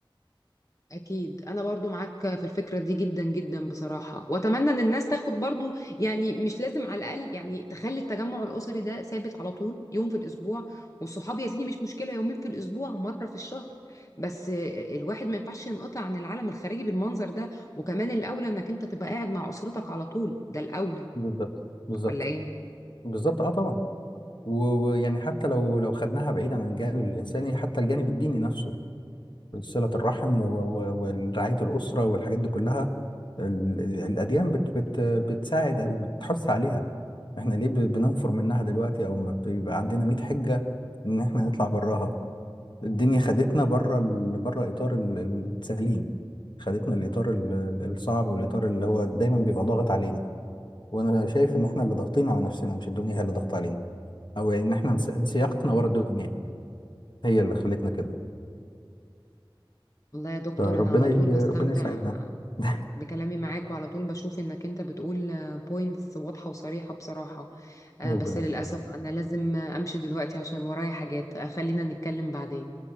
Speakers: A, on the left; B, on the left.
A: أكيد أنا برضو معاك في الفكرة دي جدا جدا بصراحة وأتمنى إن الناس تاخد برضو يعني مش لازم على الأقل يعني تخلي التجمع الأسري ده ثابت على طول يوم في الأسبوع والصحاب يا سيدي مش مشكلة يومين في الأسبوع مرة في الشهر بس الواحد ما ينفعش ينقطع عن العالم الخارجي بالمنظر ده وكمان الأولى إنك أنت تبقى قاعد مع أسرتك على طول ده الأولى
B: بالظبط بالظبط
A: ولا إيه؟
B: بالظبط اه طبعا و- ويعني حتى لو لو خدناها بعيد عن الجانب الإنساني حتى الجانب الديني نفسه صلة الرحم و... و... ورعاية الأسرة والحاجات دي كلها ال... الأديان بت... بت... بتساعد وبتحث عليها احنا ليه ب- بننفر منها دلوقتي او ما بيبقى عندنا 100 حجة ان احنا نطلع براها الدنيا خدتنا بره ال... بره اطار ال- السليم خدتنا الاطار ال- ال- الصعب والاطار اللي هو دايما بيبقى ضاغط علينا وانا شايف ان احنا اللي ضاغطين على نفسنا مش الدنيا هي اللي ضاغطه علينا او ان احنا انس- انسياقنا ورا الدنيا يعني هي اللي خلتنا كده
A: والله يا دكتور
B: فربنا
A: أنا على
B: ي...
A: طول بستمتع
B: ربنا يساعدنا <laughs>
A: بكلامي معاك وعلى طول بشوف انك انت بتقول بوينتس واضحة وصريحة بصراحة آه،
B: ربنا
A: بس للأسف
B: يخليك
A: انا لازم آه، امشي دلوقتي عشان ورايا حاجات آه، خلينا نتكلم بعدين